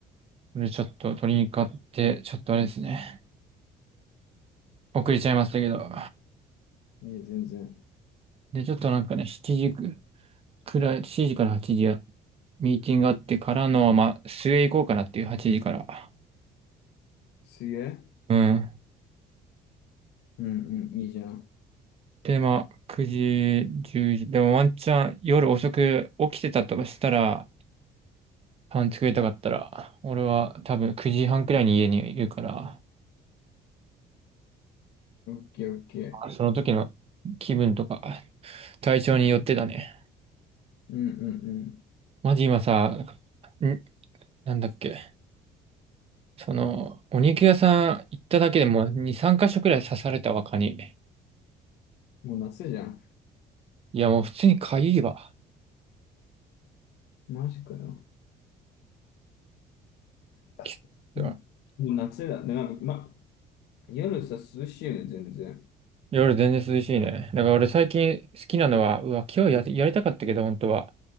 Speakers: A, on the right; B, on the left.
A: これちょっと鶏肉買って、ちょっとあれですね。遅れちゃいましたけど。
B: いい全然。
A: で、ちょっとなんかね、7時くらい、7時から8時や、ミーティングがあってからの、まあ、末行こうかなっていう8時から。
B: すげえ。
A: うん。
B: うんうん、いいじゃん。
A: で、まあ、9時、10時。でもワンチャン夜遅く起きてたとしたら、パン作りたかったら、俺は多分9時半くらいに家にいるから、
B: オッケーオッケー。
A: あその時の気分とか、体調によってだね。
B: うんうん
A: マジ今さ、ん、なんだっけ。その、お肉屋さん行っただけでもう2、3箇所くらい刺されたわ、蚊に。
B: うん。もう夏じゃん。
A: いや、もう普通にかゆいわ。
B: マジかよ。あうんもう夏だ。
A: きっと
B: で、なんか、ま、夜さ、涼しいよね、全然。
A: 夜全然涼しいね。だから俺最近好きなのは、うわ、今日や、やりたかったけど、本当は。